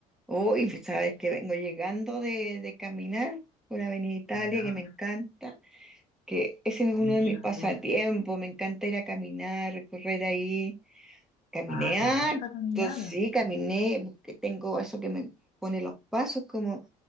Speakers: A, in the centre; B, on the left.
A: Uy, pues, sabes que vengo llegando de, de caminar por Avenida Italia,
B: Ya,
A: que me encanta, que ese es uno
B: mira
A: de mis pasatiempos,
B: tú.
A: me encanta ir a caminar, recorrer ahí. Caminé
B: Ah, ¿te
A: harto,
B: gusta caminar?
A: sí, caminé, porque tengo eso que me pone los pasos como